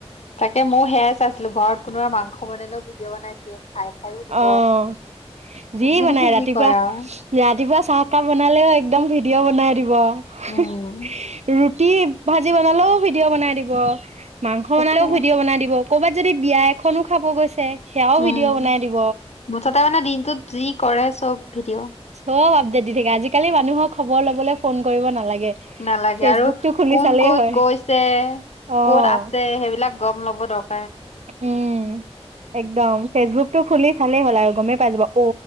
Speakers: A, on the left; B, on the right.
A: তাকে ময়ো সেয়াই চাইছিলো ঘৰত কোনোবা মাংস বনালেও ভিডিঅ বনাই দিয়ে। খাই খাইও দিব।
B: অ'। যি
A: যোনে
B: বনাই ৰাতিপুৱা।
A: যি কয় আৰু
B: ৰাতিপুৱা চাহকাপ বনালেও একদম ভিডি- দিঅ' বনাই দিব। <unintelligible>
A: উম
B: কি ভাজি বনালেও ভিডিঅ' বনাই দিব মাংস
A: তাকে
B: বনালেও ভিডিঅ' বনাই দিব। ক'ৰবাত যদি বিয়া খনো খাব গৈছে। সেয়াও
A: উম
B: ভিডিঅ বনাই দিব।
A: মুঠতে মানে দিনটোত যি কৰে চব ভিডিঅ'
B: সব আপডেট দি থাকে আজিকালি মানুহৰ খবৰ লবলৈ ফোন কৰিব নালাগে
A: নালাগে
B: ফেচবুকটো
A: আৰু
B: খুলি
A: কোন
B: চালেই
A: ক'ত
B: হয়।
A: গৈছে
B: অ'
A: কত আছে সেইবিলাক গম ল'ব দক।
B: উম একদম ফেচবুকটো খুলি চালেই হ'ল আৰু গমেই পাই যাবা অ